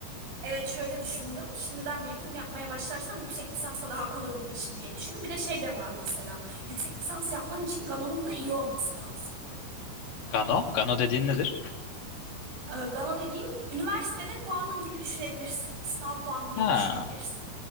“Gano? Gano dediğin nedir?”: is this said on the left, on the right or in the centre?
Left